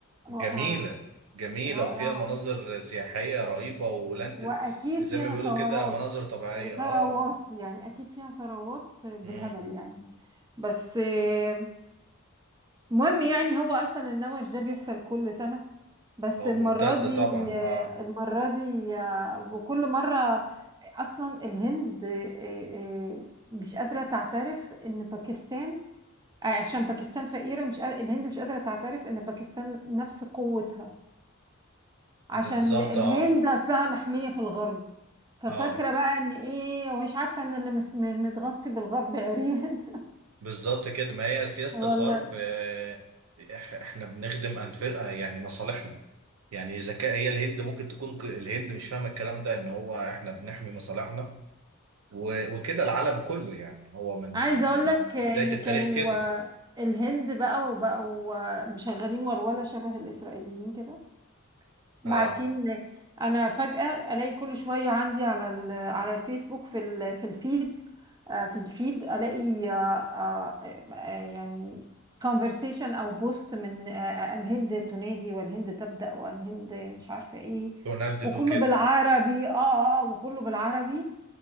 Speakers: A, on the right; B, on the right.
A: جميلة
B: رائعة
A: جميلة
B: رائعة
A: وفيها مناظر سياحية رهيبة ولاند
B: واكيد
A: زي
B: فيها
A: ما بيقولوا
B: ثورات
A: كده مناظر طبيعية
B: ثروات
A: اه
B: يعني اكيد فيها ثروات بالهبل
A: مم.
B: يعني بس آه، مهم يعني هو اصلا النمش ده بيحصل كل سنة بس
A: اه
B: المرة
A: ممتدة
B: دي
A: طبعا
B: آه،
A: اه
B: المرة دي آه، وكل مرة اصلا الهند آه، آه، مش قادرة تعترف ان باكستان آه، عشان باكستان فقيرة مش قادرة الهند مش قادرة تعترف ان باكستان نفس قوتها عشان
A: بالظبط
B: الهند
A: اه
B: اصلها محمية في الغرب ففاكرة
A: اه
B: بقى ان ايه ومش عارفة ان اللي مس- م- متغطي بالغرب عريان
A: بالظبط كده ما هي سياسة
B: <laughs> والله
A: الغرب آه إح- احنا بنخدم أنف آه، يعني مصالحنا يعني إذا كان هي الهند ممكن تكون ك- الهند مش فاهمة الكلام ده إن هو احنا بنحمي مصالحنا و- وكده العالم كله يعني هو من
B: عايزة اقول
A: من
B: لك
A: بداية
B: ان
A: التاريخ
B: كانوا
A: كده
B: آه، الهند بقى وبقوا آه، مشغلين ولولة شبه الاسرائيليين كده
A: اه
B: بعتين انا فجأة الاقي كل شوية عندي على ال- على الفيسبوك في ال- في الفيد آه، في الفيد الاقي آه، آه، آه، يعني conversation او بوست من آه، آه، الهند تنادي والهند تبدأ والهند مش عارفة ايه
A: تندد
B: وكله
A: وكده
B: بالعربي اه اه آه، وكله بالعربي